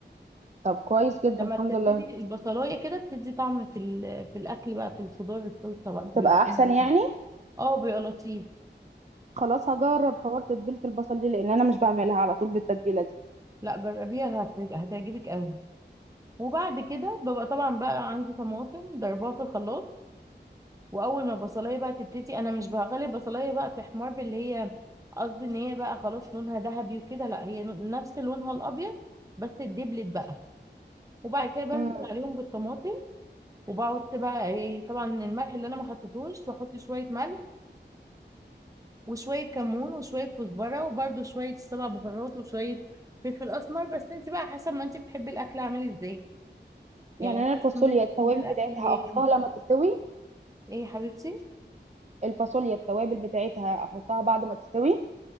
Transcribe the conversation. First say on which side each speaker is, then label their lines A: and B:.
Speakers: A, on the right; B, on the right.
A: طب كويس جدا
B: لما
A: الحمد
B: تتبلي
A: لله
B: البصلايه كده بتدي طعم في ال- في الاكل بقى في الخضار الصلصه بقى
A: بتبقى
B: بيبقى
A: احسن
B: حلو.
A: يعني
B: <laughs> اه بيبقى لطيف
A: خلاص هجرب حوار تتبيله البصل دي لان انا مش بعملها على طول بالتتبيله دي
B: لا جربيها هت- هتعجبك قوي وبعد كده ببقى طبعا بقى عندي طماطم ضربها في الخلاط واول ما البصلايه بقى تبتدي انا مش بغلي البصلايه بقى تحمر اللي هي قصدي ان هي بقى خلاص لونها ذهبي وكده لا هي نفس لونها الابيض بس اتدبلت بقى وبعد كده بنزل
A: امم
B: عليهم بالطماطم وبحط بقى ايه طبعا الملح اللي انا ما حطيتوش بحط شويه ملح وشويه كمون وشويه كزبره وبرده شويه سبع بهارات وشويه فلفل اسمر بس انت بقى حسب ما انت بتحبي الاكل عامل ازاي يعني
A: يعني انا
B: حسب
A: الفاصوليا
B: ما انت بتحبي
A: التوابل
B: الاكل
A: بتاعتها
B: ايه
A: احطها لما تستوي
B: إيه يا حبيبتي
A: الفاصوليا التوابل بتاعتها احطها بعد ما تستوي